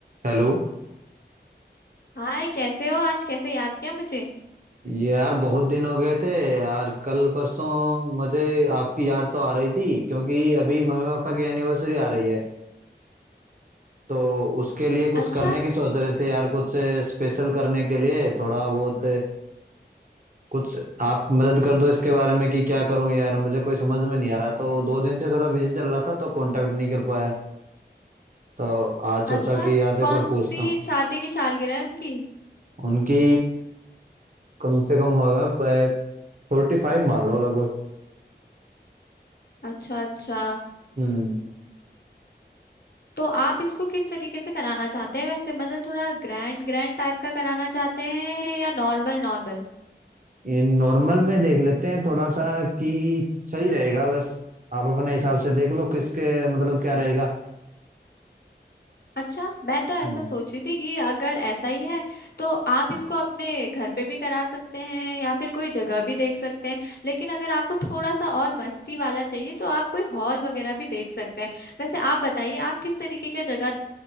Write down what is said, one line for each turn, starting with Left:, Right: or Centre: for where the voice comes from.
Right: Hello
Left: हाय कैसे हो आज कैसे याद किया मुझे
Right: ये यार बहुत दिन हो गए थे यार कल परसों मुझे आपकी याद तो आ रही थी क्योंकि अभी मम्मी पापा की एनिवर्सरी आ रही है तो उसके लिए कुछ
Left: अच्छा
Right: करने की सोच रहे थे यार कुछ स्पेशल करने के लिए थोड़ा बहुत कुछ आप मदद कर दो इसके बारे में कि क्या करूं यार मुझे कोई समझ में नहीं आ रहा तो दो दिन से थोड़ा बिजी चल रहा था तो कांटेक्ट नहीं कर पाया तो आज सोचा
Left: अच्छा
Right: कि आज
Left: कौन
Right: एक बार पूछता
Left: सी
Right: हूँ
Left: शादी की सालगिरह है उनकी
Right: उनकी कम से कम होगा फोर्टी फाइव मान लो लगभग
Left: अच्छा अच्छा
Right: हम्म
Left: तो आप इसको किस तरीके से कराना चाहते हैं वैसे मतलब थोड़ा ग्रैंड ग्रैंड टाइप का कराना चाहते हैं या नॉर्मल नॉर्मल
Right: ये नॉर्मल में देख लेते हैं थोड़ा सा कि सही रहेगा बस आप अपने हिसाब से देख लो किसके मतलब क्या रहेगा
Left: अच्छा मैं तो ऐसा
Right: हम्म
Left: सोच रही थी कि अगर ऐसा ही है तो आप इसको अपने घर पे भी करा सकते हैं या फिर कोई जगह भी देख सकते हैं लेकिन अगर आपको थोड़ा सा और मस्ती वाला चाहिए तो आप कोई हॉल वगैरह भी देख सकते हैं वैसे आप बताइए आप किस तरीके की जगह